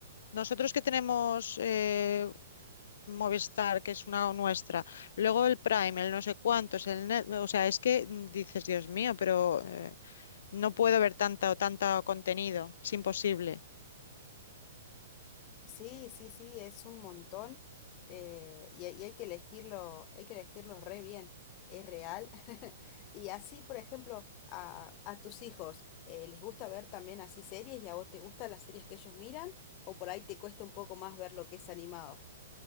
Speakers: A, on the left; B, on the left.
A: Nosotros que tenemos eh, Movistar, que es una nuestra, luego el Prime, el no sé cuántos, el Net- o sea, es que mm, dices, Dios mío, pero eh, no puedo ver tanta o tanto contenido, es imposible.
B: Sí, sí, sí, es un montón eh, y, hay y hay que elegirlo, hay que elegirlo re bien, es real. <laughs> Y así, por ejemplo, a, a tus hijos, eh, ¿les gusta ver también así series y a vos te gustan las series que ellos miran? ¿O por ahí te cuesta un poco más ver lo que es animado?